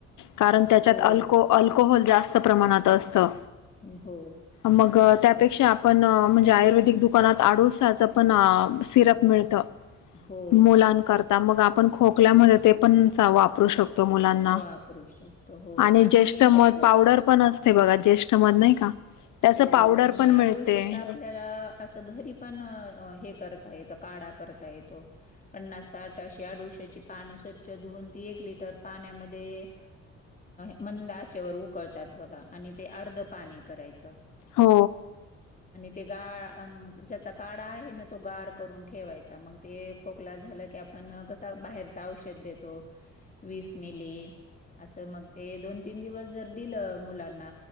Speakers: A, on the left; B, on the left.
A: कारण त्याच्यात
B: हो.
A: अल्को- अल्कोहोल जास्त प्रमाणात असतं
B: हो
A: मग त्यापेक्षा आपण म्हणजे आयुर्वेदिक दुकानात आडूळसाचं पण सिरप मिळतं
B: हो
A: मुलांनकरता मग आपण खोकल्यामध्ये ते पण वापरू शकतो मुलांना
B: हो वापरू शकतो हो
A: आणि ज्येष्ठ मध
B: त्याचा
A: पावडर पण असते बघा ज्येष्ठ मध नाही का त्याचं
B: हो
A: पावडर
B: आणि
A: पण
B: अडुळश्याच
A: मिळते
B: आपल्याला असं घरी पण हे करता येत काडा करता येतो पन्नास साठ आदुळशाची पान स्वच्छ धुउन ती लिटर पाण्यामध्ये मंद आचेवर उकळतात बघा अर्ध पा करायच
A: हो
B: ते गाळ ज्याचा काडा आहे ना तो गार करून ठेवायचा मग ते खोकला झालं की आपन ते पण कसा बाहेरचा औषध देतो वीस मिली असं मग ते दोन तीन दिवस जर दिलं मुलांना